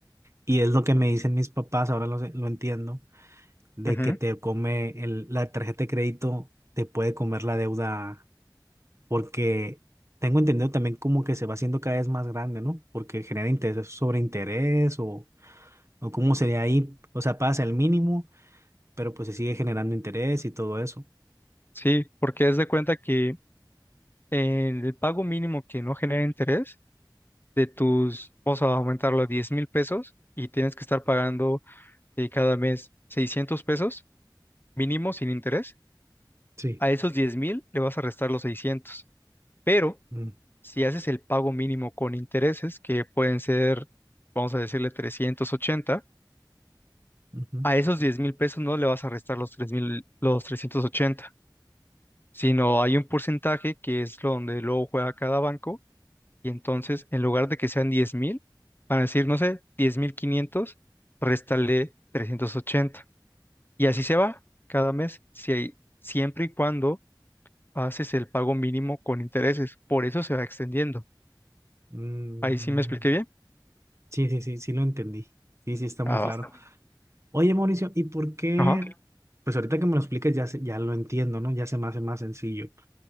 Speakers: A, on the right; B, on the left.
A: Y es lo que me dicen mis papás, ahora lo, sé- lo entiendo, de
B: Ujú.
A: que te come el- la tarjeta de crédito, te puede comer la deuda, porque tengo entendido también como que se va haciendo cada vez más grande, ¿no? Porque genera interés sobre interés o, o cómo sería ahí. O sea, pasa el mínimo, pero pues se sigue generando interés y todo eso.
B: Sí, porque haz de cuenta que en el pago mínimo que no genera interés, de tus, vamos a aumentarlo a diez mil pesos y tienes que estar pagando y cada mes 600 pesos mínimo sin interés,
A: Sí.
B: a esos diez mil le vas a restar los seiscientos Pero
A: Mm,
B: si haces el pago mínimo con intereses, que pueden ser, vamos a decirle 380
A: ujú.
B: a esos diez mil pesos no le vas a restar los tres mil, los 380 sino hay un porcentaje que es lo donde luego juega cada banco y entonces en lugar de que sean diez mil, van a decir, no sé, diez mil 500, réstale trescientos ochenta Y así se va cada mes, si hay- siempre y cuando haces el pago mínimo con intereses. Por eso se va extendiendo.
A: Mm,
B: Ahí sí me expliqué bien.
A: sí, sí, sí, sí lo entendí. Sí, sí, está muy
B: Ah,
A: claro.
B: va. Está.
A: Oye, Mauricio, ¿y por qué?
B: Ajá.
A: Pues ahorita que me lo expliques ya, se- ya lo entiendo, ¿no? Ya se me hace más sencillo.